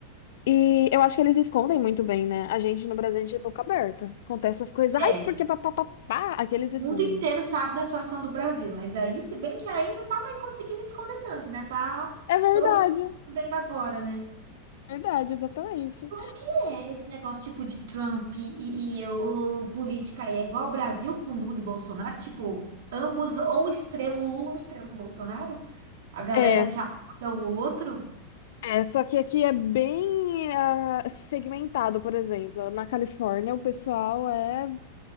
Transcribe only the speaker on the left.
E eu acho que eles escondem muito bem, né? A gente no Brasil, a gente é boca aberta. Acontece as coisas,
ai, porque papapá, aqui eles escondem
É verdade,
verdade, exatamente.
É,
é, só que aqui é bem ah, segmentado, por exemplo. Na Califórnia, o pessoal é.